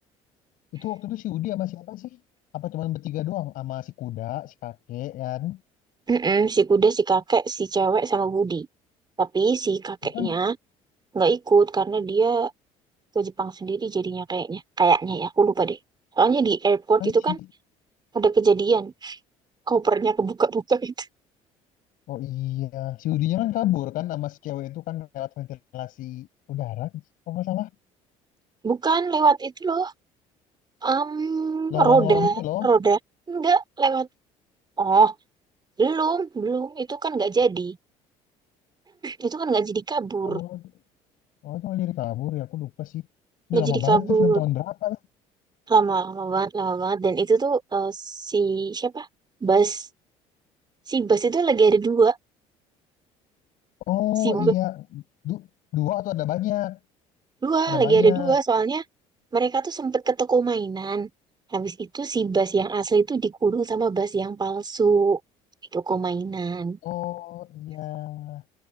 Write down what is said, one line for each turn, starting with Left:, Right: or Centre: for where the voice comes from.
Left: Itu waktu itu si Woody sama siapa sih? Apa cuman bertiga doang sama si kuda, si kakek kan?
Right: Mm-mm, si kuda si kakek si cewek sama Budi tapi si kakeknya
Left: Itu kan
Right: nggak ikut karena dia ke Jepang sendiri jadinya kayaknya kayaknya ya aku lupa deh soalnya di airport
Left: kan
Right: itu
Left: si
Right: kan ada kejadian kopernya kebuka-buka itu
Left: Oh iya, si woody kan kabur kan sama si cewek itu kan lewat ventilasi udara, kalau nggak salah.
Right: bukan lewat itu loh um,
Left: Lorong-lorong
Right: roda
Left: gitu loh.
Right: roda enggak lewat oh belum belum itu kan nggak jadi itu kan nggak jadi kabur
Left: Oh, oh itu nggak jadi kabur ya. Aku lupa sih. Udah
Right: nggak
Left: lama
Right: jadi
Left: banget
Right: kabur
Left: tuh film tahun berapa ya?
Right: lama lama banget lama banget dan itu tuh eh, si siapa Bas si Bas itu lagi ada dua
Left: Oh
Right: si Hmm.
Left: iya,
Right: Bas
Left: Du- dua atau ada banyak?
Right: dua
Left: Ada
Right: lagi
Left: banyak.
Right: ada dua soalnya mereka tuh sempet ke toko mainan habis itu si Bas yang asli tuh dikurung sama Bas yang palsu di toko mainan
Left: Oh iya,